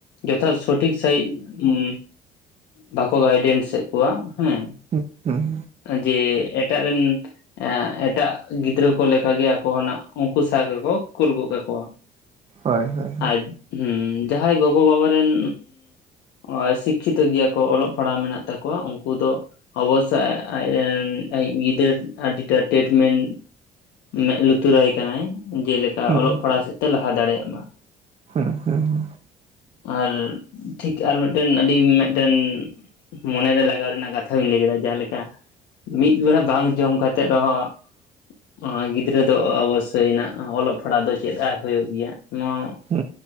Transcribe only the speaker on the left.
ᱡᱚᱛᱷᱟᱛ ᱥᱚᱴᱷᱤᱠ ᱥᱟᱹᱦᱤᱡ ᱩᱢ ᱵᱟᱠᱚ ᱜᱟᱭᱰᱮᱱᱥ ᱮᱜ ᱠᱚᱣᱟ ᱦᱮᱸ᱾
ᱡᱮ ᱮᱴᱟᱜ ᱨᱮᱱ ᱮᱜ ᱮᱴᱟᱜ ᱜᱤᱫᱽᱨᱟᱹ ᱠᱚ ᱞᱮᱠᱟ ᱜᱮ ᱟᱠᱚᱱᱟᱜ ᱩᱱᱠᱩ ᱥᱟᱶ ᱜᱮᱠᱚ ᱠᱩᱞ ᱜᱚᱜ ᱠᱟᱠᱚᱣᱟ᱾
ᱟᱨ ᱦᱚᱸ ᱡᱟᱦᱟᱸᱭ ᱜᱚᱜᱚᱼᱵᱟᱵᱟ ᱨᱮᱱ ᱚ ᱥᱤᱠᱠᱷᱤᱛᱚ ᱜᱮᱭᱟ ᱠᱚ ᱚᱞᱚᱜ ᱯᱟᱲᱦᱟᱣ ᱢᱮᱱᱟᱜ ᱛᱟᱠᱚᱣᱟ ᱩᱱᱠᱩ ᱫᱚ ᱚᱵᱚᱥᱭ ᱟ-ᱟᱡᱨᱮᱱ ᱟ-ᱤ ᱜᱤᱫᱟᱹᱨ ᱟᱹᱰᱤᱴᱟ ᱴᱮᱴᱢᱮᱱ ᱢᱮᱜ ᱞᱩᱛᱩᱨ ᱟᱭ ᱠᱟᱱᱟᱭ ᱡᱮᱞᱮᱠᱟ
ᱚᱞᱚᱜ ᱯᱟᱲᱦᱟᱣ ᱥᱮᱫ ᱛᱮᱭ ᱞᱟᱦᱟ ᱫᱟᱲᱮᱭᱟᱜ ᱢᱟ᱾
ᱟᱨ ᱴᱷᱤᱠ ᱟᱨ ᱢᱤᱫᱴᱮᱱ ᱟᱹᱰᱤ ᱢᱤᱫᱴᱮᱱ ᱢᱚᱱᱮᱨᱮ ᱞᱟᱜᱟᱣ ᱨᱮᱱᱟᱜ ᱠᱟᱛᱷᱟ ᱵᱮᱱ ᱞᱟᱹᱭ ᱠᱮᱫᱟ ᱡᱟᱦᱟᱸ ᱞᱮᱠᱟ ᱢᱤᱫ ᱵᱮᱲᱟ ᱵᱟᱝ ᱡᱚᱢ ᱠᱟᱛᱮᱜ ᱨᱮᱦᱚᱸ ᱚᱸ ᱜᱤᱫᱽᱨᱟᱹ ᱫᱚ ᱚ-ᱚᱵᱚᱥᱥᱳᱭ ᱮᱱᱟ ᱚᱞᱚᱜ ᱯᱟᱲᱦᱟᱜ ᱫᱚ ᱪᱮᱫ ᱟᱭ ᱦᱩᱭᱩᱜ ᱜᱮᱭᱟ ᱱᱚᱣᱟ